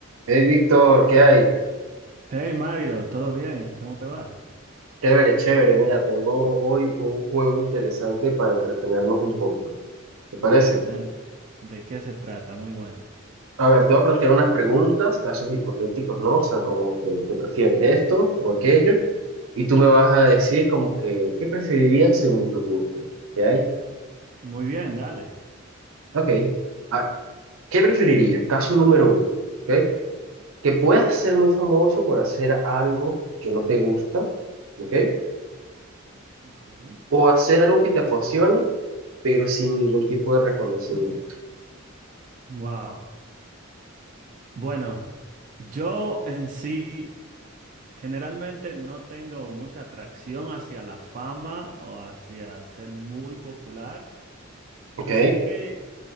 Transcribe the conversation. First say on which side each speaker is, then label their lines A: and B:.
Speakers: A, on the right (about 80°); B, on the right (about 40°).
A: Hey Víctor, ¿qué hay?
B: Hey Mario, ¿todo bien? ¿Cómo te va?
A: Chévere, chévere. Mira, tengo hoy un juego interesante para entretenernos un poco. ¿Te parece?
B: Excelente. ¿De qué se trata? Muy bueno.
A: A ver, te voy a plantear unas preguntas, casos hipotéticos, ¿no? O sea, como que, ¿qué prefieres esto o aquello? Y tú me vas a decir como que, ¿qué preferirías según tu gusto? ¿Qué hay?
B: Muy bien, dale.
A: Ok. Ah, ¿qué preferirías? Caso número uno, ¿ok? Que puedas ser muy famoso por hacer algo que no te gusta, ¿ok?
B: Okay.
A: o hacer algo que te apasione, pero sin ningún tipo de reconocimiento.
B: Wow. Bueno, yo en sí generalmente no tengo mucha atracción hacia la fama o hacia ser muy popular.
A: ¿Ok?
B: Así que